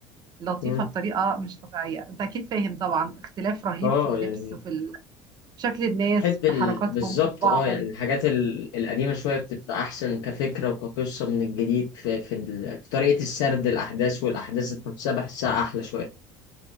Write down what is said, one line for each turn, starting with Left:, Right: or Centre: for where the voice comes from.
Right: لطيفه
Left: مم.
Right: بطريقه مش طبيعيه انت اكيد فاهم طبعا اختلاف رهيب
Left: اه
Right: في اللبس
Left: يعني
Right: وفي ال- شكل الناس
Left: بحب ال...
Right: في حركاتهم
Left: بالظبط
Right: في طباعهم
Left: اه يعني الحاجات ال... القديمه شويه بتبقى احسن كفكره وكقصه من الجديد في في, ال... في طريقه السرد الاحداث والاحداث ذات نفسها بحسها احلى شويه